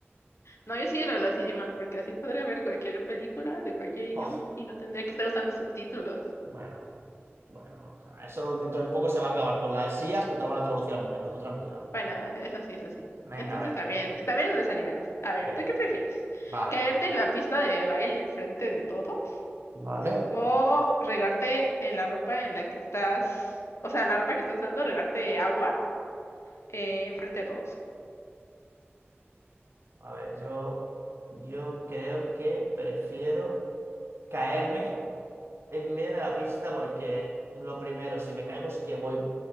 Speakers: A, on the left (about 80°); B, on the right (about 65°).
A: No, yo sí lo de los idiomas, porque así podría ver cualquier película de cualquier idioma
B: Buah.
A: y no tendría que estar usando subtítulos.
B: Bueno, bueno, no pasa nada. Eso dentro de poco se va a acabar con las sillas que te lo van a traducir al momento. Tú tranquila.
A: Bueno, eso sí, eso sí.
B: Venga,
A: Entonces
B: a ver.
A: también, también los animales. A ver,
B: eh,
A: ¿tú qué prefieres?
B: vale,
A: ¿Caerte en la pista de baile enfrente de todos?
B: vale.
A: ¿O regarte en la ropa en la que estás, o sea, la ropa que estás usando, regarte agua eh, enfrente de todos?
B: A ver, yo, yo creo que prefiero caerme en medio de la pista porque lo primero, si me caigo es que voy